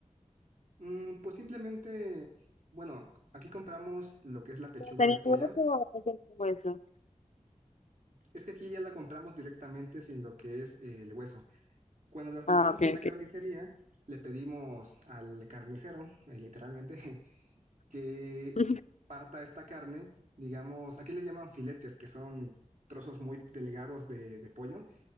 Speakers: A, on the right (about 75°); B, on the left (about 60°).
A: Mm, pues simplemente, bueno, aquí compramos lo que es la pechuga
B: ¿Pero ¿Tenía
A: de pollo.
B: hueso o no tenía hueso?
A: Es que aquí ya la compramos directamente sin lo que es eh, el hueso. Cuando las compramos
B: Ah, ok,
A: en la
B: ok.
A: carnicería, le pedimos al carnicero, eh, literalmente, <laughs> que
B: <laughs>
A: parta esta carne, digamos, aquí le llaman filetes, que son trozos muy delgados de, de pollo,